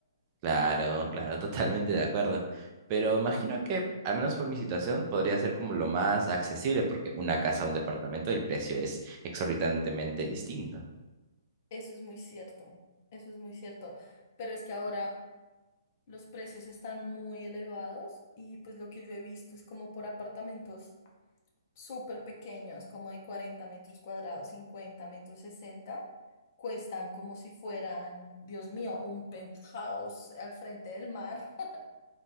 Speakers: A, on the right; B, on the left.
A: Claro, claro, totalmente de acuerdo. Pero imagino que, al menos por mi situación, podría ser como lo más accesible, porque una casa o un departamento, el precio es exorbitantemente distinto.
B: Eso es muy cierto, eso es muy cierto. Pero es que ahora los precios están muy elevados y pues lo que yo he visto es como por apartamentos. súper pequeños, como de 40 metros cuadrados, 50 metros sesenta cuestan como si fueran, Dios mío, un penthouse al frente del mar. <laughs>